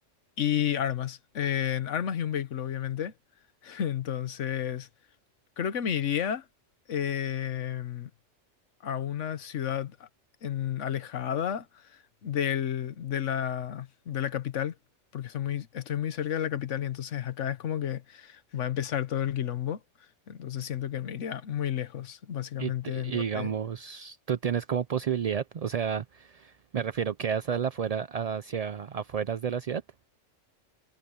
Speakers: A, on the left (about 70°); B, on the right (about 65°).
A: y armas, en armas y un vehículo, obviamente. <laughs> Entonces, creo que me iría... em, a una ciudad ah, en, alejada del, de la, de la capital, porque estoy muy, estoy muy cerca de la capital y entonces acá es como que va a empezar todo el quilombo. Entonces siento que me iría muy lejos, básicamente,
B: Y, t- y
A: en donde,
B: digamos, tú tienes como posibilidad, o sea, me refiero, quedas a la afuera, hacia afueras de la ciudad.